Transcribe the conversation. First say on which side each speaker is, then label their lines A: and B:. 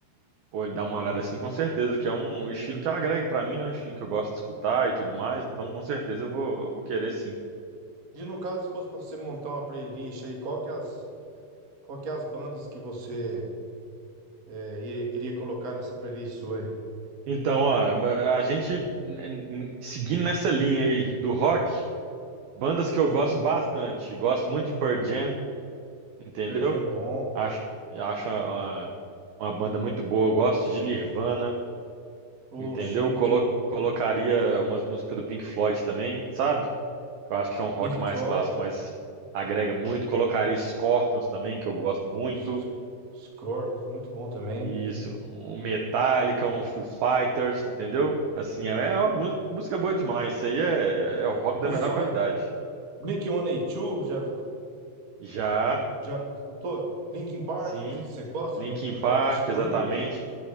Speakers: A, on the right; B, on the right.
A: olh- dar uma olhada assim, com certeza, que é um estilo que agrega pra mim, né? É um estilo que eu gosto de escutar e tudo mais, então com certeza eu vou, eu vou querer sim.
B: E no caso, se fosse pra você montar uma playlist aí, qual que é as, qual que é as bandas que você eh, iria iria colocar nessa playlist sua aí?
A: Então, ó, a gente n- n- seguindo nessa linha aí do rock, bandas que eu
B: Sim,
A: gosto bastante, gosto muito de Pearl Jam, entendeu?
B: Perdendo bom.
A: Acho, acho uma, uma banda muito boa. Eu gosto de Nirvana,
B: O
A: entendeu?
B: Chic
A: Colo- colocaria umas músicas do Pink Floyd também, sabe? Que eu acho que é um rock
B: Pink
A: mais
B: Floyd.
A: clássico, mas agrega muito. Colocaria Scorpions também, que eu gosto muito.
B: S- Scorpions, muito bom também.
A: Isso, um Metallica, um Foo Fighters, entendeu? Assim, é, é uma mu- música boa demais. Isso aí é, é o rock da
B: o
A: melhor
B: Fighter.
A: qualidade.
B: Blink-182, já,
A: Já,
B: já escutou? Linkin Park,
A: sim,
B: não sei se você gosta.
A: Linkin Park,
B: Offspring.
A: exatamente.